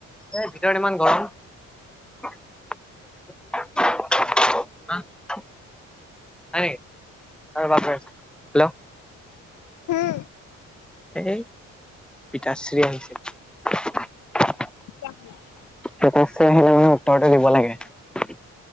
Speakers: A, in the centre; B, on the left.
A: ভিতৰত ইমান গৰম <unintelligible> হয় নেকি? হেল্ল'
B: হুম।
A: এই পিতাশ্ৰী আহিছে।
B: চ <inaudible>
A: পিতাশ্ৰী আহিলে মানে উত্তৰটো দিব লাগে।